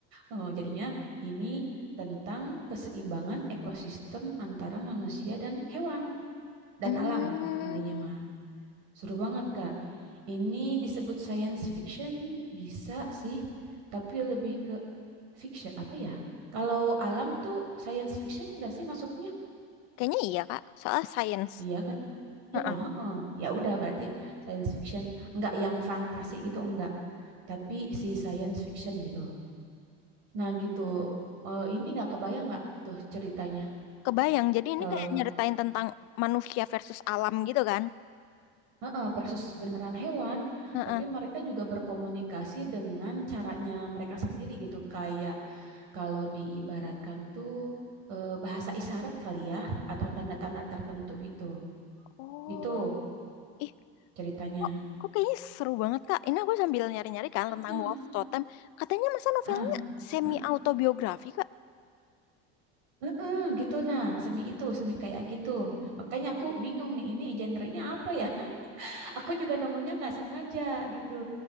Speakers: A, on the right; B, on the left.
A: Oh, jadinya ini tentang keseimbangan ekosistem antara manusia dan hewan dan
B: Hmm,
A: alam intinya mah. Seru banget, Kak. Ini disebut science fiction bisa sih, tapi lebih ke fiction apa ya? Kalau alam tuh science fiction enggak sih masuknya?
B: kayaknya iya Kak, soal sains.
A: Iya kan? kan?
B: Heeh.
A: Ya, heeh. Ya udah berarti science fiction, enggak yang fantasi gitu enggak, tapi si science fiction gitu. Nah gitu, Eh, ini nggak kebayang nggak tuh ceritanya
B: Kebayang, jadi ini
A: kalau
B: kayak nyeritain tentang manusia versus alam gitu kan?
A: Heeh, persis beneran hewan,
B: Heeh.
A: tapi mereka juga berkomunikasi dengan caranya mereka sendiri gitu, kayak kalau diibaratkan tuh eh, bahasa isyarat kali ya, atau tanda-tanda tertentu gitu,
B: Oh,
A: gitu
B: Ih,
A: ceritanya.
B: kok, kok kayaknya seru banget Kak. Ini aku sambil nyari-nyari kan
A: Heeh.
B: tentang Wolf Totem. Katanya masa novelnya
A: Heeh,
B: semi
A: heeh,
B: autobiografi Kak?
A: heeh, gitu nah, semi itu, semi kayak gitu. Makanya aku bingung nih, ini genre-nya apa ya? Aku juga nemunya nggak sengaja gitu.